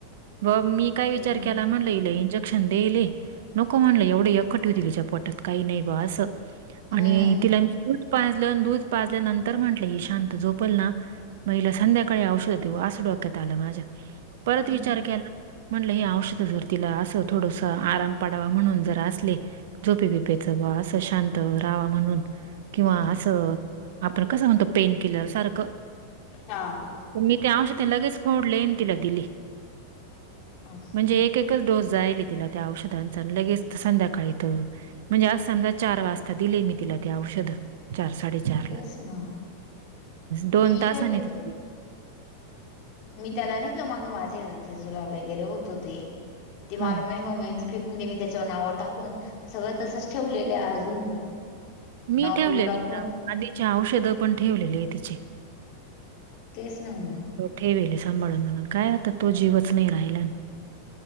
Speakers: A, on the right; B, on the left.
A: व मी काय
B: हम्म
A: विचार केला म्हणलं इला इंजेक्शन देइल नको म्हणलं एवढं एखटी तिच्या पोटात काही नाही बॉ असं
B: हम्म
A: आणि तिला दूध पाजलं अनं दूध पाजल्यानंतर तर म्हंटलं शांत झोपल ना मग हिला संध्याकाळी औषध देऊ असं डोक्यात आलं माझ्या परत
B: हम्म
A: विचार केला म्हणलं हे औषध जर तिला असं थोडस आराम पडावा म्हणून जर असले झोपे बिपेचं बा असं शांत रावा म्हणून किंवा
B: हम्म
A: असं आपण कसं म्हणतो पेन किलर सारखं
B: हा.
A: तर मी ते औषध लगेच फोडले आन तिला दिली
B: अच्छा
A: म्हणजे एक एक एकच डोस जायल तिला त्या औषधांचा लगेच संध्याकाळी तर म्हणजे आस समजा चार वाजता दिले मी तिला ते औषध चार साडेचार
B: तेच
A: ला
B: ना
A: दोन
B: मी
A: तासांनी
B: काय ते
A: ये
B: मी त्याला नाही का मागे माझे तेजुला वगैरे होत होते ते मला
A: हं.
B: म्हणजे ममीचे फकून देे मी त्याच्यावर नावं टाकून सगळं तसंच ठेवलेलं अजून पण
A: मी
B: नाव
A: ठेवलेले
B: बिव टाकून
A: ना आधीचे औषधं पण ठेवलेली आहे तिचे
B: तेच ना मग
A: ठेवेले सांभाळून म्हनून काय आता तो जीवच नाही राहिला